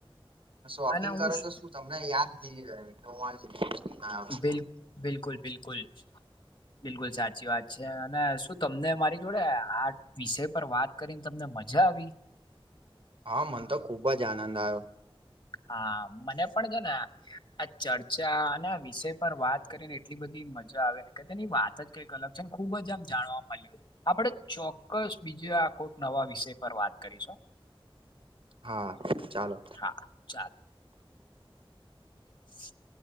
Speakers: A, on the right; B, on the left.
A: શોપિંગ
B: અને હું
A: કરો તો શું તમને યાદગીરી રહે હું આ જગ્યાએ જઈને આવ્યો.
B: બિલક બિલકુલ બિલકુલ બિલકુલ સાચી વાત છે અને શું તમને મારી જોડે આ વિષય પર વાત કરીને તમને મજા આવી?
A: હા મન તો ખુબ જ આનંદ આવ્યો
B: હા મને પણ છે ને આ ચર્ચા અને આ વિષય પર વાત કરીને એટલી બધી મજા આવે ને કે તેની વાત કઈ અલગ છે ખુબ જ આમ જાણવા મળ્યું આપડ ચોક્કસ બીજે આ કોઈક નવા વિષય પર વાત કરીશું
A: હા ચાલો
B: હા ચાલો <inaudible>